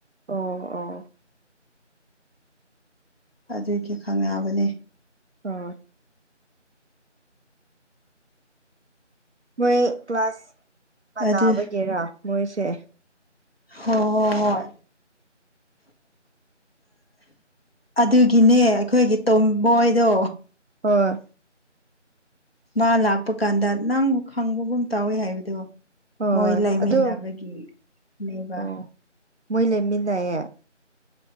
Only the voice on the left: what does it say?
ꯑꯗꯨꯒꯤ ꯈꯪꯅꯕꯅꯦ
ꯑꯗꯨ
ꯍꯣ ꯍꯣ ꯍꯣꯏ ꯑꯗꯨꯒꯤꯅꯦ ꯑꯩꯈꯣꯏꯒꯤ ꯇꯣꯝꯕꯣꯏꯗꯣ
ꯃꯥ ꯂꯥꯛꯄ ꯀꯥꯟꯗ ꯅꯪꯕꯨ ꯈꯪꯕꯒꯨꯝ ꯇꯥꯎꯋꯤ ꯍꯥꯏꯕꯗꯣ
ꯃꯣꯏ ꯂꯩꯃꯤꯟꯅꯕꯒꯤꯅꯦꯕ